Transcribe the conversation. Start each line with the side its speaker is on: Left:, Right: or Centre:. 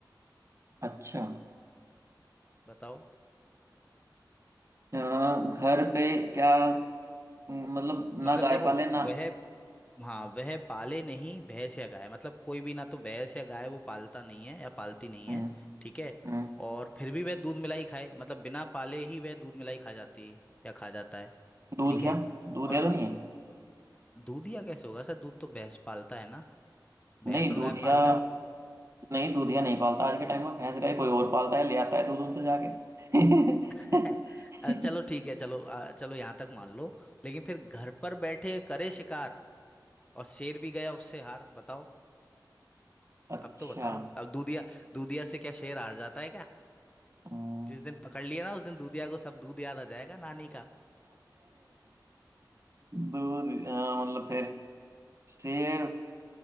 Right: अच्छा
Left: बताओ
Right: अ, घर पे क्या मतलब
Left: मतलब
Right: ना गाय
Left: देखो
Right: पाले ना
Left: वह हाँ वह पाले नहीं भैंस या गाय मतलब कोई भी ना तो भैंस या गाय वो पालता नहीं है या पालती नहीं
Right: हम्म,
Left: है ठीक है
Right: हम्म,
Left: और फिर भी वह दूध मिलाई खाए मतलब बिना पाले ही वह दूध मिलाई खा जाती है या खा जाता है
Right: दूधिया
Left: ठीक है
Right: दूधिया
Left: और
Right: तो नहीं है
Left: दूध या कैसे होगा सर दूध तो भैंस पालता है ना भैंस
Right: नहीं
Left: और
Right: दूधिया
Left: गाय पालता है दूध तो
Right: नहीं दूधिया नहीं पालता आज के टाइम में भैंस गाय कोई और पालता है ले आता है दूध उनसे जाके
Left: <laughs> अ, चलो
Right: <laughs>
Left: ठीक है चलो अ, चलो यहाँ तक मान लो लेकिन फिर घर पर बैठे करे शिकार और शेर भी गया उससे हार बताओ
Right: अच्छा
Left: अब तो बताओ अब दूधिया दूधिया से क्या शेर हार जाता है क्या
Right: हम्म,
Left: जिस दिन पकड़ लिया ना उस दिन दूधिया को सब दूध याद आ जाएगा नानी का
Right: दूध हाँ, मतलब फिर शेर